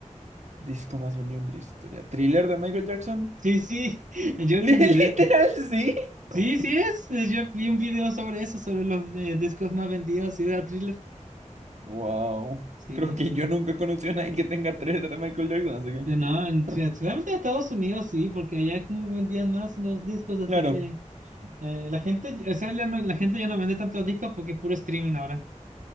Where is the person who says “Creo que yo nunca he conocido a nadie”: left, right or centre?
Right